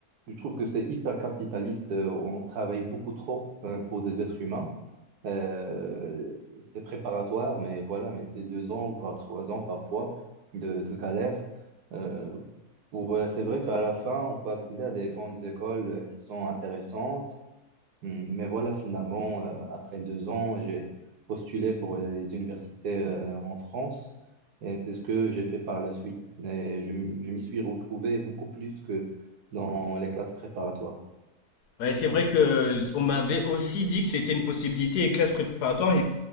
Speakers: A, on the right; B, on the left.
A: Je trouve que c'est hyper capitaliste. euh, On travaille beaucoup trop euh, pour des êtres humains. Euh, c'est préparatoire, mais voilà, mais c'est deux ans, voire trois ans parfois de, de galère. Euh, pour, euh, c'est vrai qu'à la fin, on peut accéder à des grandes écoles euh, qui sont intéressantes Hmm, Mais voilà, finalement, euh, après deux ans, j'ai postulé pour les universités euh, en France et c'est ce que j'ai fait par la suite. Mais je, m- je m'y suis retrouvé beaucoup plus que dans les classes préparatoires.
B: Ouais, c'est vrai que euh, on m'avait aussi dit que c'était une possibilité et classe préparatoire,